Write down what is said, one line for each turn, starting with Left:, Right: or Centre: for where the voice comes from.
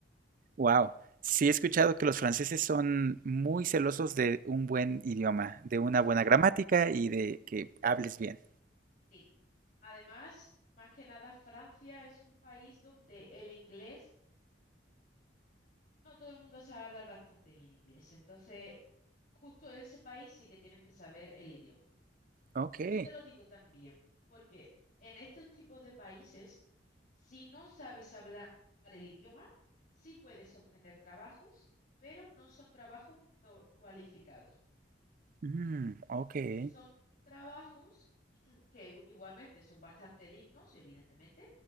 Right: Wow, sí he escuchado que los franceses son muy celosos de un buen idioma, de una buena
Left: Sí,
Right: gramática y de que hables bien.
Left: sí. Además, más que nada, Francia es un país donde el inglés, no todo el mundo sabe hablar bastante bien inglés. Entonces, justo en ese país sí que tienes que saber el idioma.
Right: Okay,
Left: ¿Por qué te lo digo también? Porque en estos tipos de países, si no sabes hablar el idioma, sí puedes obtener trabajos, pero no son trabajos cu- cualificados.
Right: Mm, okey.
Left: Son trabajos <clears throat> que igu- igualmente son bastante dignos, evidentemente,